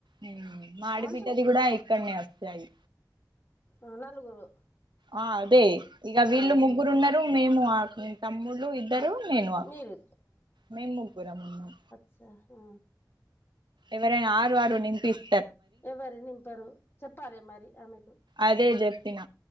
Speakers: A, on the right; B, on the left.
A: ఉమ్మ్ మా ఆడిబిడ్డది
B: మనిషి ఒ
A: కూడా ఇక్కడనే వస్తాయి
B: ఆ నలుగురు
A: ఆ అదే ఇగ వీళ్ళు
B: ఆహా
A: ముగ్గురు ఉన్నారు మేము ఆ తమ్ములు ఇద్దరు నేనువా
B: మీరు
A: మేము ముగ్గురమున్నాం
B: స ఆ హా
A: ఎవరైనా ఆరు ఆరు నేన్ తీస్
B: ఎవరు నింపరు చెప్పారే మరి ఆమెకు
A: అదే చెప్పిన